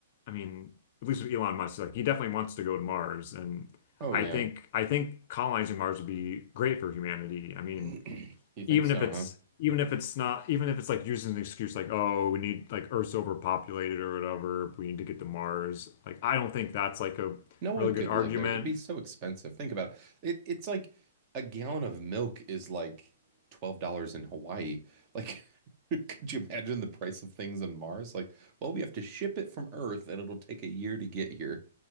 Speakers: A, on the left (about 45°); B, on the right (about 35°).
A: I mean, at least with Elon Musk, like he definitely wants to go to Mars, and
B: Oh
A: I
B: yeah.
A: think I think colonizing Mars would be great for humanity. I mean,
B: <clears throat> You think
A: even
B: so,
A: if it's
B: huh?
A: even if it's not even if it's like used as an excuse like oh we need like Earth's overpopulated or whatever we need to get to Mars like I don't think that's like a
B: No one
A: really
B: could
A: good argument
B: live there. It'd be so expensive. Think about it. It it's like a gallon of milk is like $12 in Hawaii. Like <laughs> could you imagine the price of things on Mars? Like, well, we have to ship it from Earth and it'll take a year to get here.